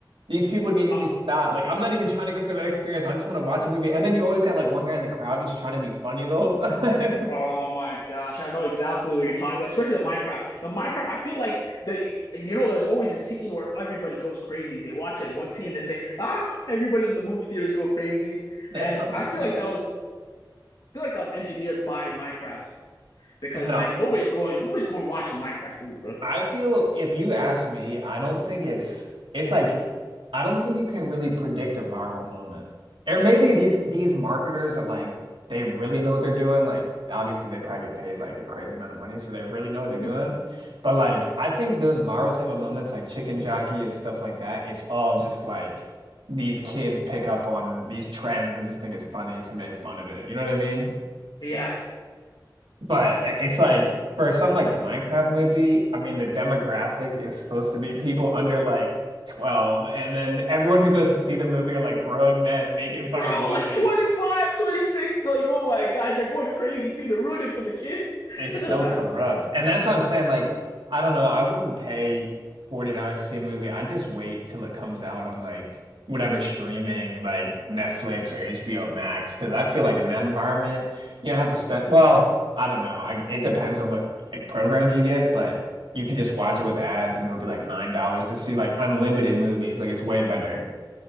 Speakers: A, on the right (about 80°); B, on the left (about 55°).
A: these people need to
B: Uh,
A: be stopped. Like I'm not even trying to go for that experience. I just want to watch a movie. And then you always got like one guy in the crowd who's trying to be funny the whole time.
B: oh
A: <laughs>
B: my gosh, I know exactly what you're talking about, especially the Minecraft. The Minecraft, I feel like the you know, there's always a scene where everybody goes crazy. They watch like one scene, and they say, ah,
A: Yeah.
B: everybody in the movie theaters go crazy.
A: That's
B: And
A: what I'm
B: I
A: saying.
B: feel like that was feel like that was engineered by Minecraft because
A: No.
B: like nobody's going nobody's going to watch a Minecraft movie, bro.
A: I feel if you ask me, I don't think it's it's like I don't think you can really predict a viral moment. Or maybe these these marketers are like they really know what they're doing. Like obviously they probably get paid like a crazy amount of money, so they really know what they're
B: Mm-hmm.
A: doing. But like I think those viral type of moments like Chicken Jockey and stuff like that, it's all just like these kids pick up on these trends and just think it's funny to make fun of it. You know what I mean?
B: Yeah.
A: But it's like for something like the Minecraft movie, I mean, the demographic is supposed to be people under like 12, and then everyone who goes to see the movie are like grown men making fun
B: Bro,
A: of the movie.
B: like 25, 26. like oh my god, they're going crazy too. They're ruining it for the kids.
A: It's
B: <laughs> mm-hmm.
A: so corrupt. And that's what I'm saying. Like, I don't know. I wouldn't pay $40 to see a movie. I'd just wait till it comes out on like whatever streaming, like Netflix or HBO Max. Cause I feel like in that environment, you don't have to spend, well, I don't know. I, it depends on what like programs you get, but you can just watch it with ads and it'll be like $9 to see like unlimited movies. Like, it's way better.